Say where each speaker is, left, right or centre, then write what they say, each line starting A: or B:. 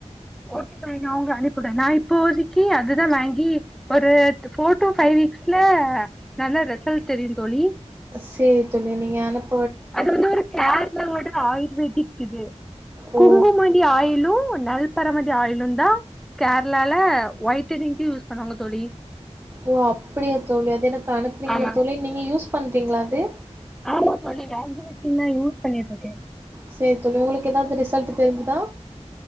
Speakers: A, in the centre; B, on the right.
A: ஓகே தோழி நா உங்க அனுப்பிவுடுறேன் நா இப்போதக்கி அதுதா வாங்கி ஒரு ஃபோர் டு ஃபைவ் வீக்ஸ்ல நல்ல ரெசல்ட் தெரியும் தோழி
B: செரி தோழி நீங்க அனுப்
A: அது வந்து ஒரு கேரளாவோட ஆயுர்வேதிக் இது
B: ஓ
A: குங்குமதி ஆயிலு நல்பரமதி ஆயிலு தா கேரளால வயிட்னிங்கு யூஸ் பண்ணுவாங்க தோழி
B: ஓ அப்டியா தோழி அது எனக்கு அனுப்புவிங்களா
A: ஆமா
B: தோழி நீங்க யூஸ் பண்றீங்களா அது
A: ஆமா தோழி வாங்கி வெச்சு நா யூஸ் பண்ணிட்ருக்கேன்
B: செரி தோழி உங்களுக்கு எதாவது ரிசல்ட் தெரிஞ்சுதா